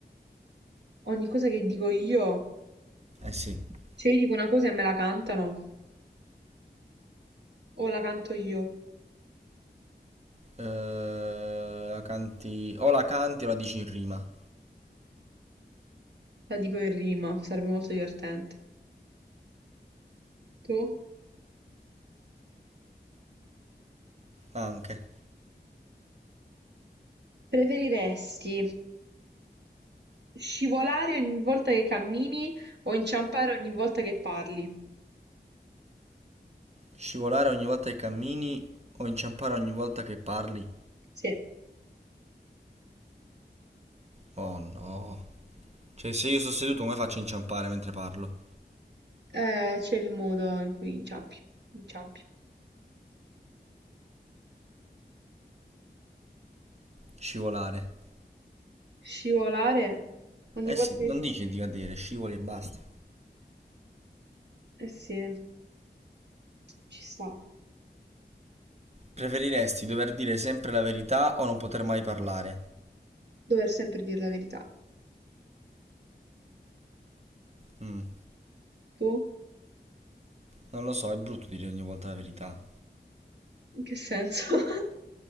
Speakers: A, on the right; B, on the right.
A: Ogni cosa che dico io,
B: Eh sì.
A: cioè io dico una cosa e me la cantano, o la canto io,
B: Eh, la canti... O la canti o la dici in rima.
A: la dico in rima, sarebbe molto divertente. Tu?
B: Anche.
A: Preferiresti scivolare ogni volta che cammini o inciampare ogni volta che parli?
B: Scivolare ogni volta che cammini o inciampare ogni volta che parli?
A: Sì,
B: Oh no. Cioè, se io sto seduto, come faccio a inciampare mentre parlo?
A: eh, c'è il modo in cui inciampi, inciampi.
B: Scivolare.
A: Scivolare ogni
B: Eh
A: volta
B: sì,
A: che...
B: non dici di cadere, scivoli e basta.
A: Eh sì, ci sta.
B: Preferiresti dover dire sempre la verità o non poter mai parlare?
A: Dover sempre dire la verità.
B: Mm,
A: Tu?
B: non lo so, è brutto dire ogni volta la verità.
A: In che senso? <laughs>